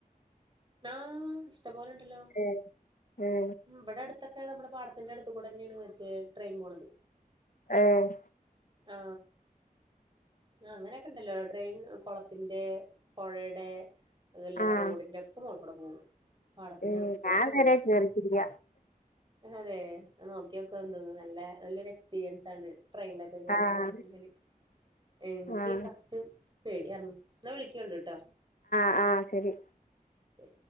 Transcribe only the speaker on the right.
ആാാ ഇഷ്ട്ടം പോലെ ഇണ്ടല്ലോ.
ഇവിടെ അടുത്തൊ ക്കെ നമ്മടെ പടത്തിന്റെ അടുത്തുകൂടെ ആണ് മറ്റെ ട്രെയിൻ പോവ്ണത്.
ആ, അ അങ്ങനെയൊക്കെ ഉണ്ടല്ലോ? ട്രെയിൻ കുളത്തിന്റെ പുഴയുടെ അതുപോലെ
റോഡിന്റെയൊക്കെ മോൾ ടെ പോവും. പാടത്തിന്റെ
അടുത്തുകൂടെക്കെ
പോവും.
അതെ നോക്കിയൊക്കെണ്ട് നല്ല നല്ലൊരു എക്സ്പീരിയൻസ് ആണ്. ട്രെയിനിലൊക്കെ കേറന്ന്
പറഞ്ഞിട്ടുണ്ടെങ്കില് എനിക്ക്
ഫസ്റ്റ് പേടിയർന്നു എന്നാ വിളി ക്യണ്ട് ട്ടോ
ശരി